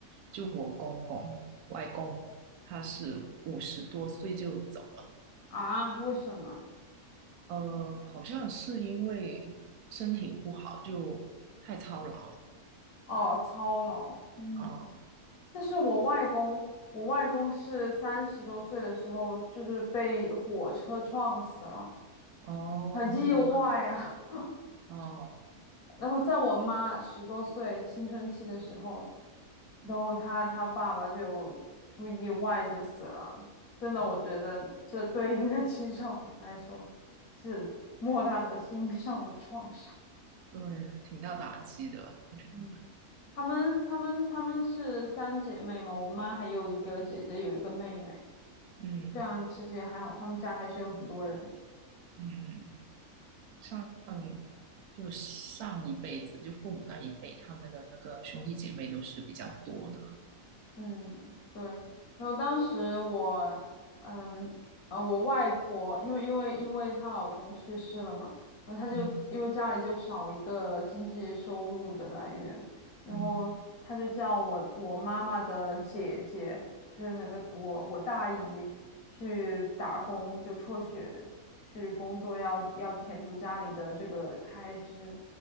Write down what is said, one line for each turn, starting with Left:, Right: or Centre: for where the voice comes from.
Right: 就我公公外公，他是五十多岁就走了，
Left: 啊，为什么？
Right: 呃，好像是因为身体不好，就太操劳
Left: 哦，操劳。嗯，
Right: 啊，
Left: 但是我外公，我外公是三十多岁的时候，就是被火车撞死了，
Right: 哦，
Left: 很意外啊。
Right: 意外，
Left: <laughs>
Right: 哦
Left: 然后在我妈十多岁青春期的时候，然后她她爸爸就出意外就死了。真的，
Right: 哦，
Left: 我觉得这对一个 <laughs> 青少年来说是莫大的心理上的创伤。
Right: 对，挺大打击的，我觉得，
Left: 嗯，她们她们她们是三姐妹嘛，我妈还有一个姐姐，有一个妹妹，
Right: 嗯
Left: 这样其实也还好，她们家还是有很多人。
Right: 嗯。上就上一辈子，就父母那一辈，他们的那个兄弟姐妹都是比较多的。
Left: 嗯，对。然后当时我，嗯，呃，我外婆，因为因为因为她老公去世了嘛，然后她就因为家里就少一个经济收入的来源，
Right: 嗯
Left: 然后她就叫我我妈妈的姐姐，
Right: 嗯
Left: 就是那个我我大姨去打工，就辍学去工作要，要填补家里的这个开支。